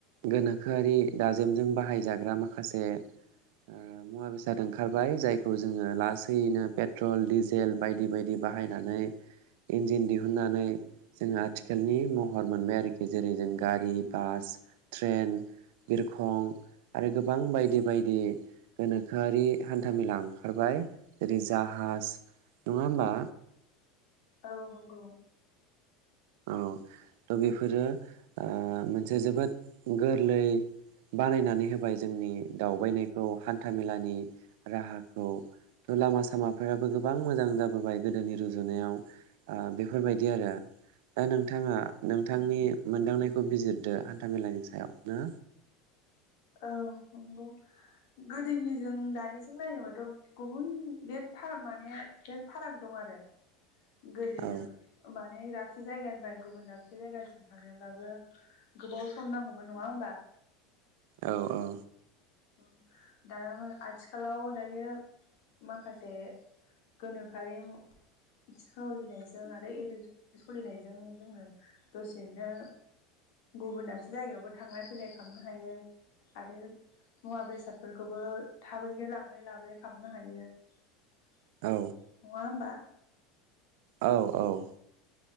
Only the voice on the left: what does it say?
औ नंगौ।
औ नंगौ गोदोनिजों दानिजों नायनोबाथ गुबुन बिराद फार माने बिराद फाराग दं आरो। गोलैयो
माने इरा दाबसे जायगानिफ्राय गुबुन दाबसे जायगासिम थांनोब्लाबो गोबाव सम नांगौमोन नङा होमबा?
ओं दाना मा आथिखालाव दायो माखासे गोनोखोआरि सोलिनायजों आरो इले सोलिनायजों जोङो दसेनो गुबुन दाबसे जायगायावबो थांलाय फैलाय खालामनो हायो। आरो मुवा बेसादफोरखौबो थाबैनो लांलाय लाबोलाय खालामामनो हायो। नङा
होमबा?